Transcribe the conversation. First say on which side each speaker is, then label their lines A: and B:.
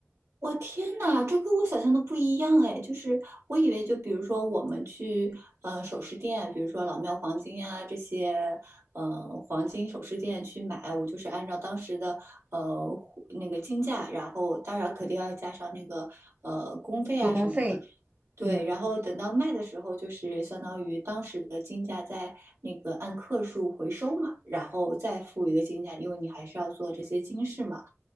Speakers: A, on the right; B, on the right.
A: 我天呐，这跟我想象的不一样哎！就是我以为，就比如说我们去呃首饰店，比如说老庙黄金啊这些，呃黄金首饰店去买，我就是按照当时的呃那个金价，然后当然肯定要加上那个呃工费啊什么
B: 手工费，
A: 对，
B: 嗯。
A: 然后等到卖的时候，就是相当于当时的金价在那个按克数回收嘛，然后再付一个金价，因为你还是要做这些金饰嘛。